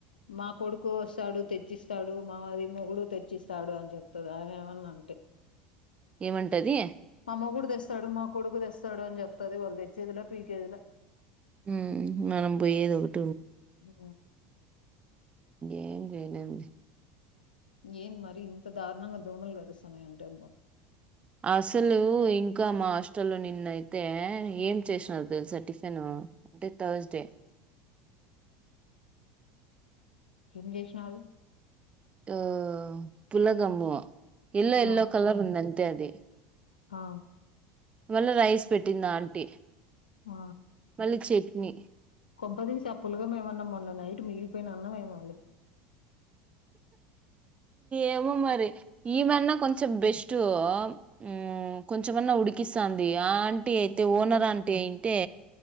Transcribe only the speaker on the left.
మా కొడుకు వస్తాడు తెచ్చిస్తాడు మా అది మొగుడు తెచ్చిస్తాడు అని చెప్తది అవి ఏమన్నా అంటే
మా మొగుడు తెస్తాడు మా కొడుకు తెస్తాడు అని చెప్తది వాళ్ళు తెచ్చేదిలా పీకేదిలా
ఆ
ఏన్ మరి ఇంత దారుణంగా దోమలు గారుసన్నా అంటల్
ఏం చేసినారు
ఆ
ఆ
ఆ
కొంపదీసి ఆ పులగం ఏమన్నా మొన్న నైట్ మిగిలిపోయిన అన్నం ఏమోలే